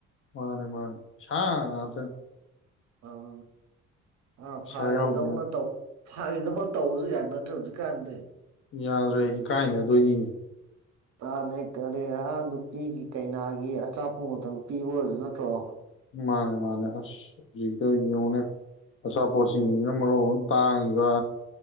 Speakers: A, on the left; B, on the right.
A: ꯃꯥꯅꯦ ꯃꯥꯅꯦ ꯄꯩꯁꯥ ꯉꯥꯛꯇꯅꯦ
B: ꯑꯥꯎ ꯑ
A: ꯄꯩꯁꯥ
B: ꯐꯥꯒꯤꯗꯧꯅ
A: ꯌꯥꯎꯗ ꯌꯥꯗꯦ
B: ꯇꯧ ꯐꯥꯒꯤꯗꯧꯅ ꯇꯧꯕꯁꯨ ꯌꯥꯅꯗ꯭ꯔꯦ ꯍꯧꯖꯤꯛꯀꯥꯟꯗꯤ
A: ꯌꯥꯗ꯭ꯔꯦ ꯏꯀꯥꯏꯅꯗꯣꯏꯅꯤꯅꯦ
B: ꯀꯥꯅ ꯀꯔꯤ ꯑꯥ ꯅꯨꯄꯤꯒꯤ ꯀꯩꯅꯥꯒꯤ ꯑꯆꯥꯄꯣꯠꯇꯪ ꯄꯤꯕ ꯑꯣꯏꯔꯁꯨ ꯅꯠꯇ꯭ꯔꯣ
A: ꯃꯥꯅꯦ ꯃꯥꯅꯦ ꯖꯤꯛꯇ ꯌꯦꯡꯉꯨꯅꯦ ꯑꯆꯥꯄꯣꯠꯁꯤꯡꯁꯤꯅ ꯃꯔꯣ ꯑꯃ ꯇꯥꯡꯉꯤꯕ